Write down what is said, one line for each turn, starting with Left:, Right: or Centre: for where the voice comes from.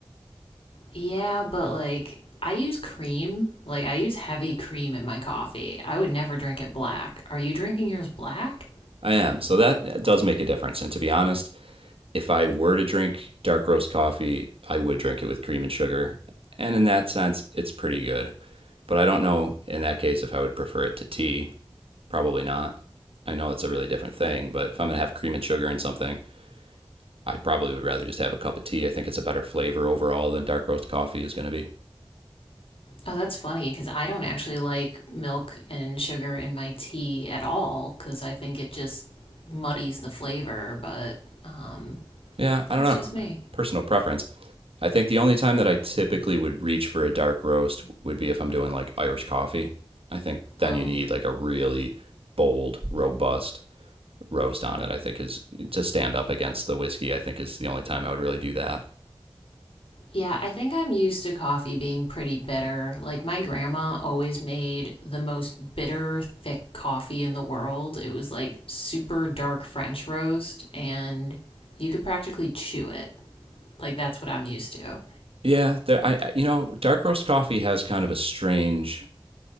Left: yeah, but like I use cream. Like I use heavy cream in my coffee. I would never drink it black. Are you drinking yours black?
Right: I am. So that uh, does make a difference. And to be honest, if I were to drink dark roast coffee, I would drink it with cream and sugar. And in that sense, it's pretty good. But I don't know in that case if I would prefer it to tea. Probably not. I know it's a really different thing, but if I'm going to have cream and sugar in something, I probably would rather just have a cup of tea. I think it's a better flavor overall than dark roast coffee is going to be.
Left: Oh, that's funny because I don't actually like milk and sugar in my tea at all because I think it just muddies the flavor, but um,
Right: Yeah,
Left: that's
Right: I don't know.
Left: just me.
Right: Personal preference. I think the only time that I typically would reach for a dark roast would be if I'm doing like Irish coffee. I think then
Left: Oh,
Right: you need like a really bold, robust roast on it. I think is to stand up against the whiskey. I think is the only time I would really do that.
Left: Yeah, I think I'm used to coffee being pretty bitter. Like, my grandma always made the most bitter, thick coffee in the world. It was like super dark French roast, and you could practically chew it. Like, that's what I'm used to.
Right: Yeah, there. I you know, dark roast coffee has kind of a strange